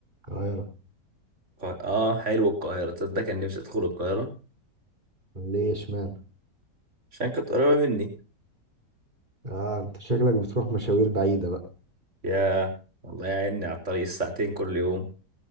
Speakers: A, on the right; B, on the right.
A: <laughs> القاهرة
B: قا- اه حلو القاهرة تصدق كان نفسي ادخل القاهرة
A: ليه اشمعنى
B: عشان كانت قريبة مني
A: اه انت شكلك بتروح مشاوير بعيدة بقى
B: يا والله يا عيني على الطريق الساعتين كل يوم